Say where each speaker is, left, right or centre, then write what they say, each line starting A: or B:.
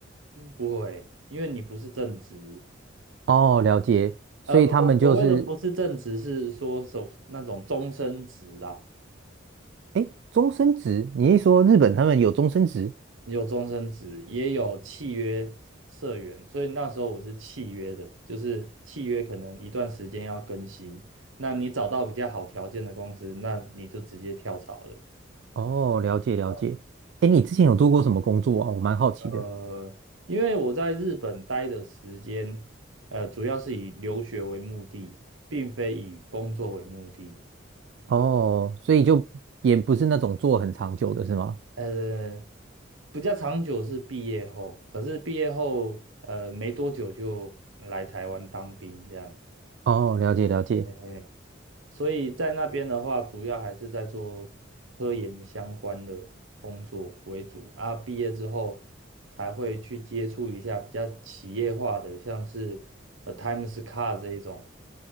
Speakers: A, on the right; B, on the right.
A: 不会，因为你不是正职，
B: 哦，了解。所以他们就是
A: 呃，我所谓的不是正职，是说手那种终身职啦，
B: 哎，终身职？你一说日本他们有终身职？
A: 有终身职，也有契约社员，所以那时候我是契约的，就是契约可能一段时间要更新，那你找到比较好条件的公司，那你就直接跳槽了。
B: 哦，了解了解。
A: 呃
B: 哎，你之前有做过什么工作啊？我蛮好奇的。
A: 呃，因为我在日本待的时间，呃，主要是以留学为目的，并非以工作为目的。
B: 哦，所以就也不是那种做很长久的是吗？
A: 呃，比较长久是毕业后，可是毕业后呃没多久就来台湾当兵这样，
B: 哦，了解了解。
A: 嘿嘿，所以在那边的话，主要还是在做科研相关的工作为主啊。毕业之后才会去接触一下比较企业化的，像是呃 Times Car 这一种，